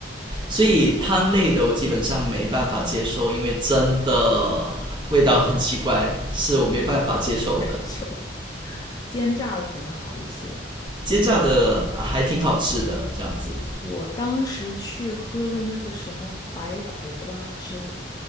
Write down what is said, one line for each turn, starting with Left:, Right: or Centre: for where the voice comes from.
Right: 所以汤类的我基本上没办法接受，因为真的味道很奇怪，是我没办法接受的。
Left: 还臭，煎炸的可能好一些。
Right: 煎炸的还挺好吃的，这样子。
Left: 我当时去喝了那个什么白苦瓜汁，